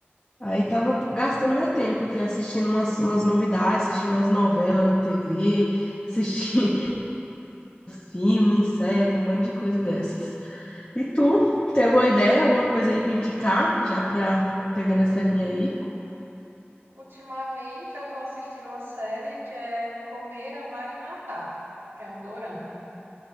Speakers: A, on the left; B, on the right.
A: Aí tava gastando meu tempo aqui assistindo umas, umas novidades, assistindo umas novelas na TV, assistindo <laughs> filme, série, um bando de coisa dessas. E tu, tem alguma ideia, alguma coisa aí pra indicar, já pra pegar nessa linha aí?
B: Ultimamente eu tô assistindo uma série que é Comer, Amar e Matar, que é um dorama.